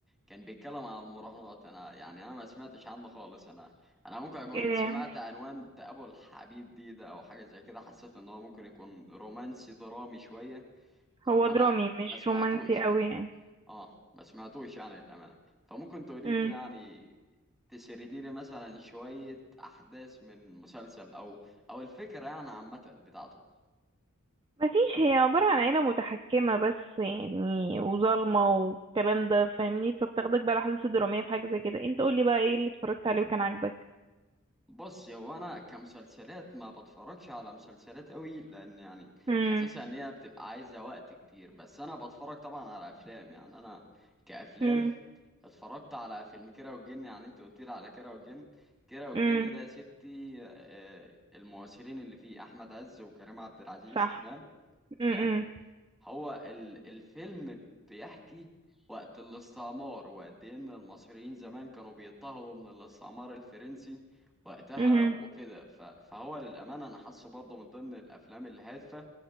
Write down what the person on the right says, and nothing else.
آه،
هو
درامي مش
رومانسي
أوي يعني
مم.
مفيش هي عبارة عن عيلة متحكمة بس يعني وظالمة والكلام ده فاهمني فبتاخدك بقى الأحداث الدرامية في حاجة زي كده انت قولي بقى ايه اللي اتفرجت عليه وكان عاجبك
امم
امم
امم
صح
امم
امم